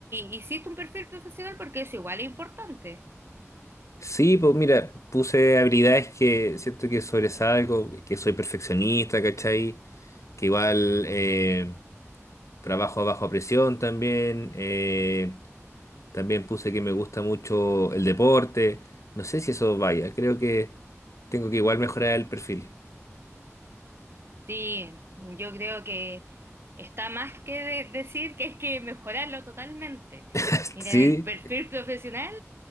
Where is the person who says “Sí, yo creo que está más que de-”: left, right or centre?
Right